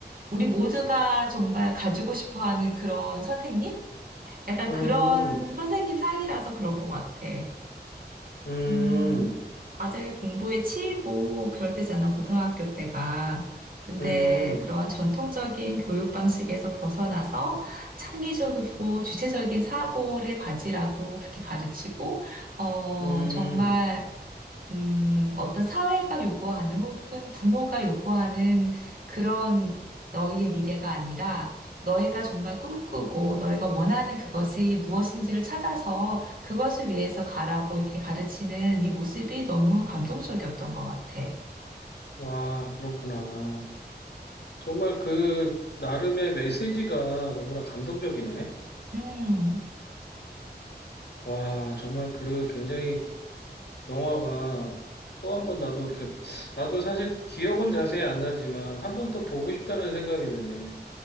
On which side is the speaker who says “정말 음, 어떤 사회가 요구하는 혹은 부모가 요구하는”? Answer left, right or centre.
Right